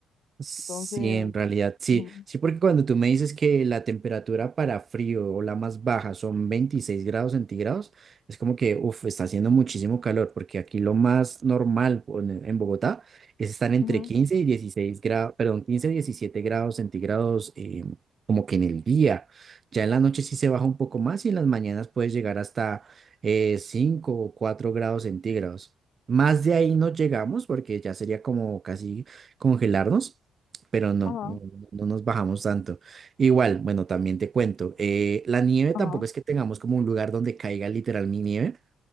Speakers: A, on the right; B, on the left.
A: Sí,
B: entonces,
A: en realidad, sí,
B: ujú,
A: sí, porque cuando tú me dices que la temperatura para frío o la más baja son 26 grados centígrados, es como que, uff, está haciendo muchísimo calor, porque aquí lo más normal o en, en Bogotá es estar entre
B: ujú,
A: 15 y 16 grados, perdón, 15 y 17 grados centígrados eh, como que en el día. Ya en la noche sí se baja un poco más y en las mañanas puedes llegar hasta eh, 5 o 4 grados centígrados. Más de ahí no llegamos porque ya sería como casi congelarnos pero no,
B: ajá,
A: no, no nos bajamos tanto. Igual, bueno, también te cuento, eh, la nieve
B: ajá,
A: tampoco es que tengamos como un lugar donde caiga literal mi nieve.